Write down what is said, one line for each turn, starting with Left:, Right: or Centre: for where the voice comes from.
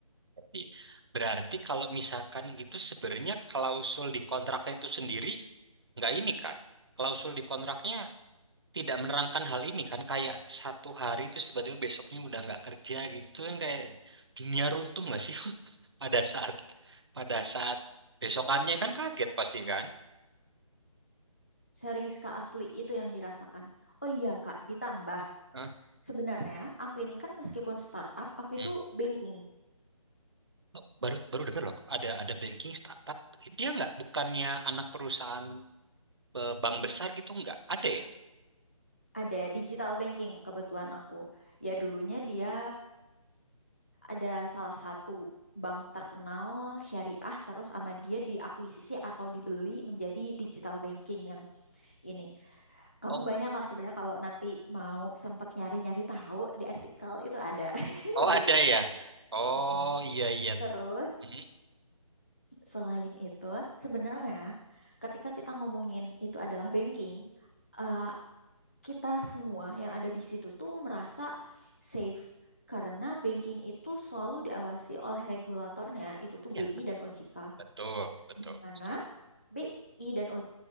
Right: Berarti berarti kalau misalkan gitu sebenarnya klausul di kontraknya itu sendiri nggak ini kan? Klausul di kontraknya tidak menerangkan hal ini kan? Kayak satu hari terus tiba-tiba besoknya udah nggak kerja gitu Itu kan kayak dunia runtuh nggak sih <laughs> pada saat pada saat besokannya kan kaget pasti kan?
Left: serius kak asli itu yang dirasakan oh iya kak ditambah
Right: Hah?
Left: sebenarnya aku ini kan meskipun startup aku
Right: Hmm.
Left: itu banking
Right: Oh, Baru baru dengar loh ada ada banking startup dia nggak bukannya anak perusahaan eh, bank besar gitu nggak ada ya?
Left: ada digital banking kebetulan aku ya dulunya dia ada salah satu bank terkenal syariah terus sama dia diakuisisi atau dibeli menjadi digital banking yang ini. Kamu
Right: Oh.
Left: banyak lah sebenarnya kalau nanti mau sempet nyari-nyari tahu di artikel itu ada <laughs>
Right: Oh,
Left: beritanya.
Right: ada ya? Oh,
Left: Mm.
Right: iya iya.
Left: Terus
Right: Mhm,
Left: selain itu sebenarnya ketika kita ngomongin itu adalah banking, eh, kita semua yang ada di situ tuh merasa safe karena banking itu selalu diawasi oleh regulatornya itu tuh
Right: Iya,
Left: BI dan OJK
Right: betul, betul.
Left: di
Right: Setuju.
Left: mana BI dan O J